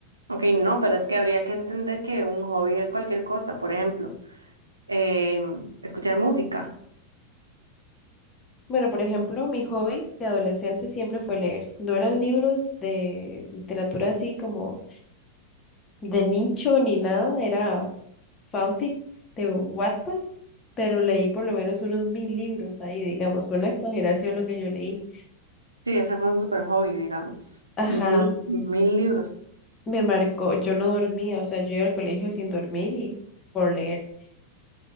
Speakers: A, on the right; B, on the left.
A: ok, no, pero es que habría que entender que un hobby es cualquier cosa. Por ejemplo, em, escuchar música.
B: Bueno, por ejemplo, mi hobby de adolescente siempre fue leer. No eran libros de literatura así como de nicho ni nada, era fanfics de Wattpad, pero leí por lo menos unos mil libros ahí, digamos, fue una exageración lo que yo leí.
A: Sí, ese fue un super hobby, digamos.
B: Ajá,
A: Mil, mil libros.
B: me marcó, yo no dormía, o sea, yo iba al colegio sin dormir y por leer.